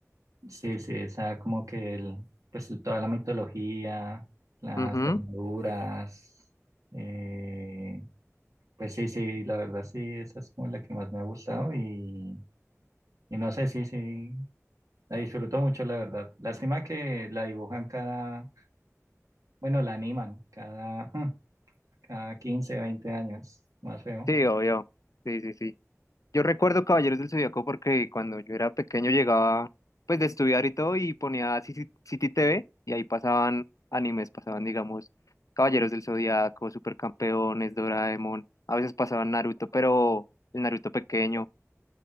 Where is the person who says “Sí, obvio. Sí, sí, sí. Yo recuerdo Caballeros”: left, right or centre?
Left